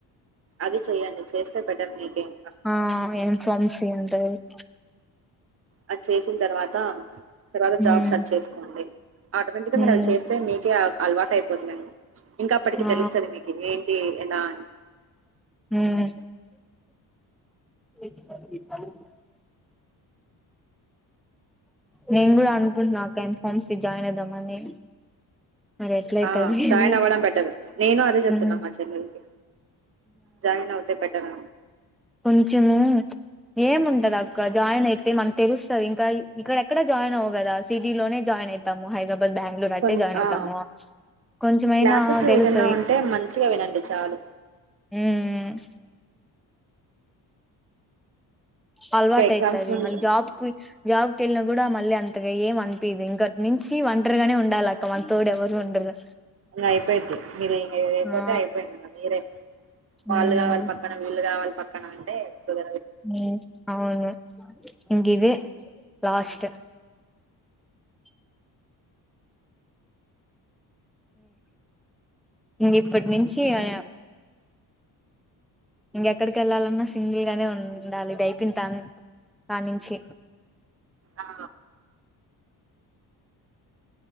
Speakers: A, on the right; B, in the centre.
A: అది చెయ్యండి చేస్తే బెటర్ మీకే ఇంకా
B: ఆ ఏం <unintelligible> ఉంటాయి <inaudible>
A: అది చేసిన తర్వాత తర్వాత జాబ్
B: ఉమ్
A: సర్చ్ చేసుకోండి ఆటోమేటిగ్గా మనము
B: ఉమ్
A: చేస్తే మీకే అలవాటు అయిపోతుందండి ఇంకా అప్పటికి
B: ఆ
A: తెలుస్తుంది మీకు ఏంటి ఎలా అని.
B: ఉమ్ <unintelligible> నేను కూడా అనుకుంటున్నా అక్కా ఎం ఫార్మసి జాయిన్ అయిదామని. మరి ఎట్లయితదో
A: ఆ
B: ఏమో
A: జాయిన్ అవ్వడం బెటర్ నేను అదే చెప్తున్నా
B: ఉమ్
A: మా చెల్లలకి. జాయిన్ అవుతే బెటర్
B: కొంచము ఏముంటది అక్క జాయిన్ అయితే మనకు తెలుస్తాది ఇంకా ఇక్కడ ఎక్కడ జాయిన్ అవము కదా సిటీలోనే జాయిన్ అవుతాము హై బాద్ బెంగళూరు అట్టే
A: కొంచ
B: జాయిన్ అవుతాము
A: ఆ
B: కొంచమైనా
A: క్లాసెస్
B: తెలుస్తది
A: ఏదన్నా ఉంటే మంచిగా వినండి చాలు
B: హు హు. అలవాటు
A: ఇంకా ఎగ్జామ్స్
B: అయితయిి
A: ముందు
B: అళ్
A: చ
B: జాపు. జాబ్కి వెళ్ళినా కూడా మళ్ళీ అంతగా ఏం అనిపిది ఇంకోటి నుంచి ఒంటరుగానే ఉండాలి అక్క మన తోడు ఎవరు ఉండరు.
A: ఇంకా అయిపోయిద్ది మీరు ఇంకా ఏదియిపోతే
B: ఆ
A: అయిపోయింది ఇకా మీరే వాళ్ళు
B: ఉమ్
A: కావాలి పక్కన వీళ్ళు కావాలి పక్క. క్కనా అంటే ఇప్పుద
B: హ అవును ఇంగ్ది లాస్ట్ ఇప్పటి నుంచి ఆ ఇంకెక్కడికి వెళ్ళాలన్నా సింగిల్ గానే ఉండాలి ఇది అైపి తాను. కానించి
A: ఆ